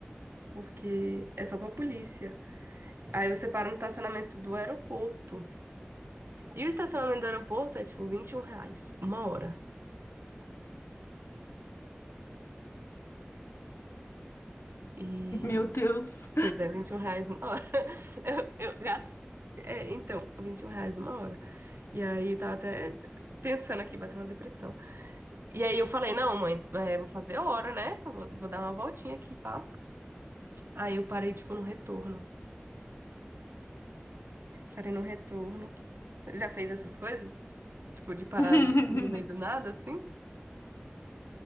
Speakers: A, on the right; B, on the left.
A: porque é só pra polícia. Aí você para no estacionamento do aeroporto. E o estacionamento do aeroporto é tipo 21 reais uma hora. E.
B: Meu Deus.
A: Pois é, 21 reais uma hora. <laughs> Eu, eu gasto. É, então, 21 reais uma hora. E aí tá até pensando aqui, bateu uma depressão. E aí eu falei, não, mãe, é, vou fazer hora, né? Eu Vou, vou dar uma voltinha aqui, pá. Aí eu parei, tipo, no retorno. Parei no retorno. Já fez essas coisas? Tipo, de parar
B: <laughs>
A: no no meio do nada, assim?